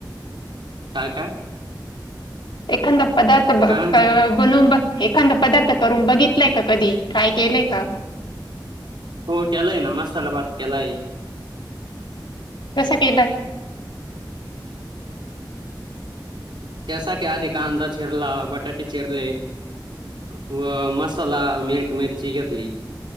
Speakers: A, on the right; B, on the left.
A: काय काय?
B: एखांदा पदार्थ
A: काय म्हणत्या
B: क बनवून एखांदा पदार्थ करून बघितलाय का कधी ट्राय केलंय का?
A: हो केलाय ना मसाला भात केलाय
B: कसा केलाय?
A: त्यासाठी आधी कांदा चिरला, बटाटे चिरले व मसाला मीठ मिरची घेतली